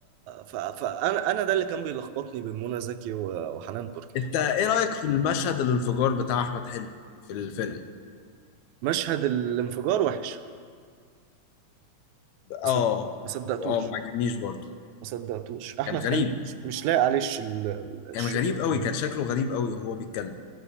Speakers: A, on the right; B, on the left.
A: ف... فانا انا ده اللي كان بيلخبطني بين منى زكي و- وحنان ترك
B: انت ايه رأيك في المشهد الانفجار بتاع احمد حلمي في الفيلم
A: مشهد الانفجار وحش بس
B: اه
A: ما صدقتوش
B: اه ما عجبنيش برضو
A: ما صدقتوش احمد
B: كان
A: حلمي
B: غريب
A: مش مش لاقي عليه الش- ال- ال-
B: كان
A: الشغل
B: غريب قوي
A: بتاعه.
B: كان شكله غريب قوي وهو بيتكلم